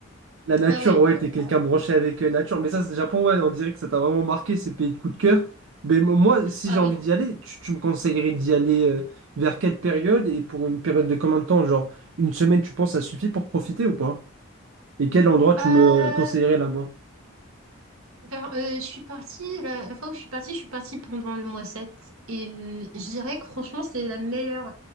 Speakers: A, on the right; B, on the right.
A: La nature,
B: Ah ouais,
A: ouais,
B: ouais,
A: t'es
B: ouais,
A: quelqu'un
B: grave.
A: branché avec euh, nature, mais ça, c'est Japon, ouais, on dirait que ça t'a vraiment marqué, ces pays de coup de cœur. Mais mo- moi, si
B: Ah
A: j'ai envie
B: oui.
A: d'y aller, tu, tu me conseillerais d'y aller euh, vers quelle période et pour une période de combien de temps? Genre, une semaine, tu penses, ça suffit pour profiter ou pas? Et quel endroit tu
B: Euh,
A: me conseillerais là-bas?
B: Enfin, euh, je suis partie, la, la fois où je suis partie, je suis partie pendant le mois sept Et euh, je dirais que franchement, c'est la meilleure,